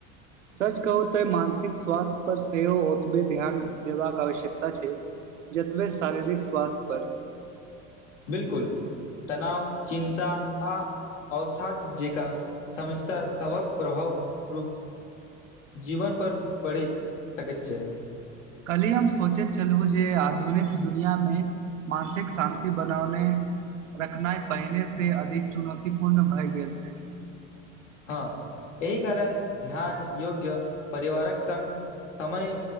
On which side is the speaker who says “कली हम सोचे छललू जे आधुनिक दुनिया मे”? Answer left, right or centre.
Right